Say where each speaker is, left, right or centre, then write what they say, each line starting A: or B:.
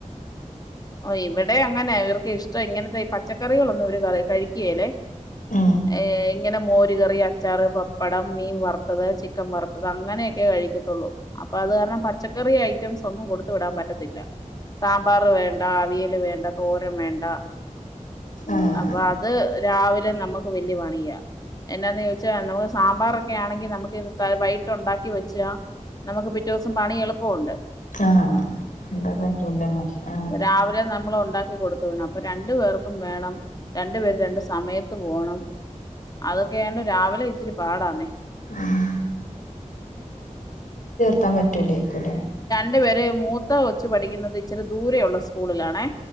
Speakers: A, on the left; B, on the left.
A: ഓ ഇവിടെ അങ്ങനെ ഇവർക്ക് ഇഷ്ടം ഇങ്ങനത്തെ ഈ പച്ചക്കറികളൊന്നും ഇവര് ക കഴിക്ക്യേലേ
B: ഉം
A: ഏ ഇങ്ങനെ മോര് മോര് കറി, അച്ചാറ്, പപ്പടം, മീൻ വറത്തത്, ചിക്കൻ വറത്തത് അങ്ങനെയൊക്കെ കഴിക്കത്തൊള്ളൂ അപ്പോ അത് കാരണം പച്ച കറിയായി റ്റംസ് ഒന്നും കൊടുത്തു വിടാൻ പറ്റത്തില്ല സാമ്പാർ വേ ണ്ടാ അവി യല് വേണ്ട തോരൻ വേണ്ട
B: ആഹ്
A: അപ്പോ അത് രാവിലെ നമുക്ക് വല്ല്യ പണിയാ എന്നാന്ന് ചോദിച്ചാ നമുക്ക് സാമ്പാറൊക്കെ ആണെങ്കി നമുക്ക് ഇത് വൈകിട്ടോണ്ടാക്കി വെച്ചാ നമുക്ക് പിറ്റൊസം പണി എളുപ്പവോണ്ട്
B: ആഹ് <unintelligible> പറ്റൂല്ലന്നെ ആഹ്
A: രാവിലെ നമ്മള് ഒണ്ടാ ക്കി കൊടുത്തു വിടണം അപ്പോ രണ്ടു പേർക്കും വേണം രണ്ട് പേരും രണ്ട് സ് സമയത്ത് പോണം അതൊക്കെയാണ്ട് രാവിലെ ഇച്ചിരി പാടാന്നേ
B: ആഹ് ത്താൻ പറ്റൂലെ ക്കുലെ
A: ണ്ടുപേരെ മൂത്ത കൊച്ച് പഠിക്കുന്നത് ഇച്ചിരി ദൂരെയൊള്ള സ്കൂളിലാണേ